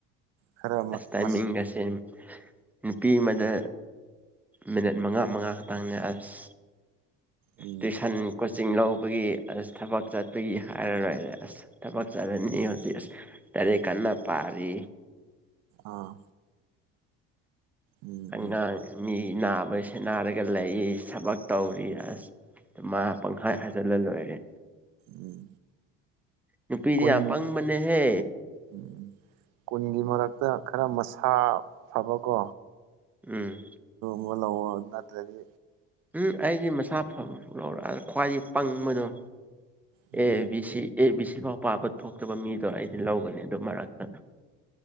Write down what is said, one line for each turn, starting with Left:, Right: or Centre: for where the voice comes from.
Right: ꯈꯔ
Centre: ꯑꯁ ꯇꯥꯏꯃꯤꯡ
Right: ꯃꯁ
Centre: ꯒꯁꯦꯝ ꯅꯨꯄꯤ ꯑꯃꯗ ꯃꯤꯅꯤꯠ ꯃꯉꯥ ꯃꯉꯥ ꯈꯛꯇꯪꯅꯦ ꯑꯁ
Right: ꯎꯝ
Centre: ꯇꯨꯏꯁꯟ ꯀꯣꯆꯤꯡ ꯂꯧꯕꯒꯤ ꯑꯁ ꯊꯕꯛ ꯆꯠꯄꯒꯤ ꯍꯥꯏꯔꯔꯣꯏꯗ ꯑꯁ ꯊꯕꯛ ꯆꯠꯂꯅꯤ ꯍꯧꯖꯤꯛ ꯑꯁ ꯂꯥꯏꯔꯤꯛ ꯀꯟꯅ ꯄꯥꯔꯤ
Right: ꯑꯥ ꯎꯝ
Centre: ꯑꯉꯥꯡ
Right: ꯎꯝ
Centre: ꯑꯅꯤ ꯅꯥꯕꯁꯦ ꯅꯥꯔꯒ ꯂꯩ ꯊꯕꯛ ꯇꯧꯔꯤ ꯑꯁ ꯃꯥ ꯄꯪꯍꯥꯏ ꯍꯥꯏꯖꯜꯂ ꯂꯣꯏꯔꯦ
Right: ꯎꯝ
Centre: ꯅꯨꯄꯤꯗꯤ
Right: ꯀꯨꯟ
Centre: ꯌꯥꯝ ꯄꯪꯕꯅꯦꯍꯦ
Right: ꯎꯝ ꯀꯨꯟꯒꯤ ꯃꯔꯛꯇ ꯈꯔ ꯃꯁꯥ ꯐꯕ ꯀꯣ
Centre: ꯎꯝ
Right: ꯋꯣ ꯂꯧꯋꯣ ꯅꯠꯇ꯭ꯔꯗꯤ
Centre: ꯎꯝ ꯑꯩꯗꯤ ꯃꯁꯥ ꯐꯕ <unintelligible> ꯈ꯭ꯋꯥꯏ ꯄꯪꯕꯗꯣ
Right: um
Centre: A B C A B ꯁꯤꯐꯥꯎ ꯄꯥꯕ ꯊꯣꯛꯇꯕ ꯃꯤꯗꯣ ꯑꯩꯗꯤ ꯂꯧꯒꯅꯤ ꯑꯗꯨ ꯃꯔꯛꯇ